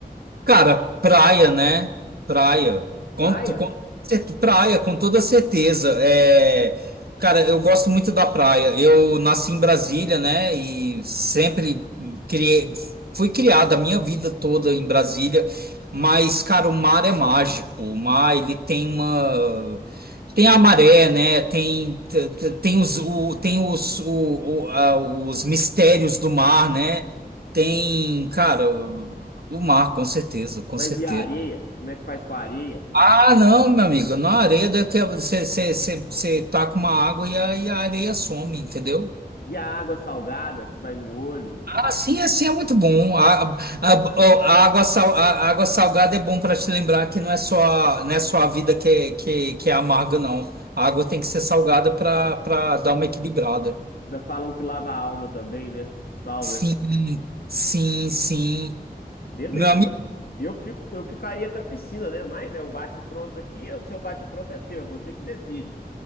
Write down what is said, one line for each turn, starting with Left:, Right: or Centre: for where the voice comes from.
Right: Cara, praia, né? Praia. Com,
Left: Praia?
Right: com, praia, com toda certeza. É, cara, eu gosto muito da praia. Eu nasci em Brasília, né? E sempre criei, fui criada a minha vida toda em Brasília. Mas, cara, o mar é mágico. O mar, ele tem uma. Tem a maré, né? Tem, te- te- tem os, o, tem os, o, o- a- os mistérios do mar, né? Tem, cara, o o mar, com certeza, com
Left: Mas
Right: certeza.
Left: e a areia? Como é que faz com a areia?
Right: Ah, não, meu amigo, na areia daqui você, você, você, você taca uma água e a, e a areia some, entendeu?
Left: E a água salgada que vai no olho?
Right: Ah, sim, assim é muito bom. A, a, a água, sal, a água salgada é bom para te lembrar que não é só, a- não é só a vida que, é- que, que é amarga, não. A água tem que ser salgada para para dar uma equilibrada.
Left: Ainda falam que lava a alma também, né? O sal,
Right: Sim,
Left: né?
Right: sim, sim.
Left: Beleza.
Right: Meu amigo,
Left: Eu fico, eu ficaria com a piscina, né? Mas é o bate-pronto aqui, é o seu bate-pronto é seu, é você que decide.